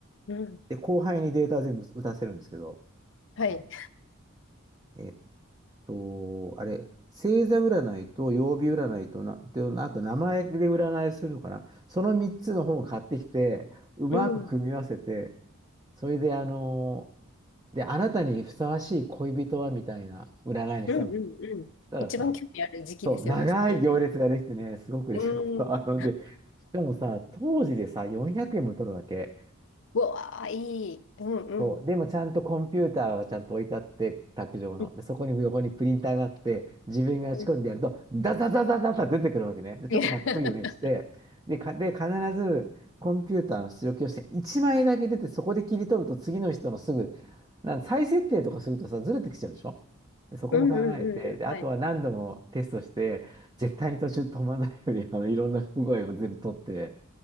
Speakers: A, on the left; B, on the right.
A: うん。
B: で、後輩にデータ全部打たせるんですけど、
A: はい。
B: あの、えっと、あれ、星座占いと曜日占いとな、で、あと名前で占いするのかな。その3つの本を買ってきて、うまく組み合わせて、
A: うん。
B: それで、あので、あなたにふさわしい恋人はみたいな占いにしたんだよ。
A: うん。うん。うん。
B: そしたらさ、
A: 一番興味ある時期ですよね、
B: そう、長い行列ができてね、
A: そういうの。
B: すごく嬉しかった。
A: うん。
B: <laughs> あので、しかもさ、当時でさ、400円も取るわけ。
A: うわあ、いい。うんうん。
B: そう。でもちゃんとコンピューターがちゃんと置いてあって、卓上の。
A: うん
B: で、そこに横にプリンターがあって、自分が仕込んでやると、
A: うん。
B: ダザダザダザ出てくるわけね。で、ちょっとかっこいいようにして、
A: <laughs>
B: で、か、で、必ずコンピューターの出力をして、1枚だけ出て、そこで切り取ると次の人のすぐ、なん再設定とかするとさ、ずれてきちゃうでしょで、そこも考えて、
A: うんうんうんうん。
B: で、あとは何度もテストして、
A: はい。わ
B: 絶対に途中止まらないように、あの、いろんな不具合を全部取って、